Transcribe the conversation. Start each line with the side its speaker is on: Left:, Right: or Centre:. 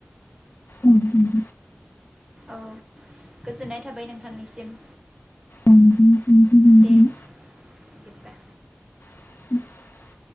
Left: उम उम।
Right: औ गोजोननाय थाबाय नोंथांनिसिम।
Left: उम उम उम उमहो
Right: दे
Left: उम।
Right: बिदिब्ला
Left: उम